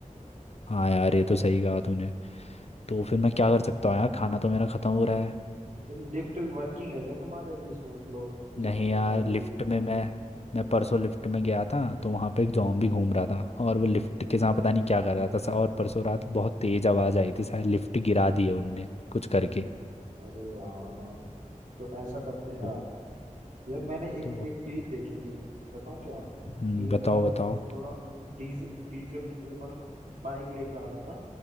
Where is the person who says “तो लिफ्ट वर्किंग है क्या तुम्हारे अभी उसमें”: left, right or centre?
Right